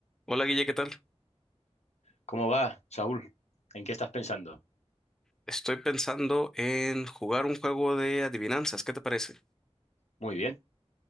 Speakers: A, in the centre; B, on the left.
A: Hola Guille, ¿qué tal?
B: ¿Cómo va, Saúl? ¿En qué estás pensando?
A: Estoy pensando en jugar un juego de adivinanzas, ¿qué te parece?
B: Muy bien,